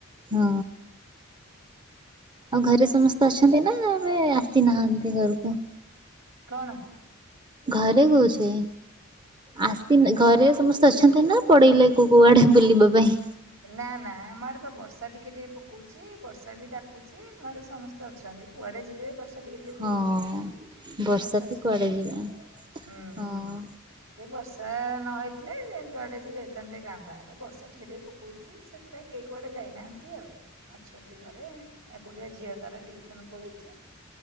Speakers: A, on the right; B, on the right.
A: ହଁ ଆଉ ଘରେ ସମସ୍ତେ ଅଛନ୍ତି ନା ଆମେ ସି ନାହାନ୍ତି ଘରକୁ।
B: କଣ?
A: ଘରେ କହୁଛି। ଆସି ଘରେ ସମସ୍ତେ ଅଛନ୍ତି ନା ପଡେଇଲେ କଉ କୋଉଆଡେ ବୁଲିବା ପାଇଁ?
B: ନା ନା ଆମ ଆଡେ ବର୍ଷା ଟିକେ ଟିକେ ପକଉଚି ବର୍ଷା ବି ଡାକୁଚି ଘରେ ସମସ୍ତେ ତ ଅଛନ୍ତି କୁଆଡେ ଯିବେ ବର୍ଷ ଟିକେ ଟିକେ
A: ହଁ
B: ପକଉଚି ସମସ୍ତେ
A: ବର୍ଷାରେ
B: ଅଛନ୍ତି
A: କୁଆଡେ
B: ଘରେ
A: ଯିବେ
B: ହୁଁ।
A: ହଁ
B: ଟେ ବର୍ଷା ନ ହେଇଥିଲେ ଯେ ଯୁଆଡେ ଯିଏ ଯାଇଥାନ୍ତେ ଗାଁ ଫାଁ ଆଡେ ବର୍ଷା ଟିକେ ଟିକେ ପକ ଖୋଲିଛି ସେଥିପାଇଁ କିଏକୁଆଡେ ଯାଇନାହାନ୍ତି ଆଉ ଅଛନ୍ତି ଘରେ ଏକୁଟିଆ ଝିଅ ତାର। ଟ୍ୟୁସନ ପଳେଇଛି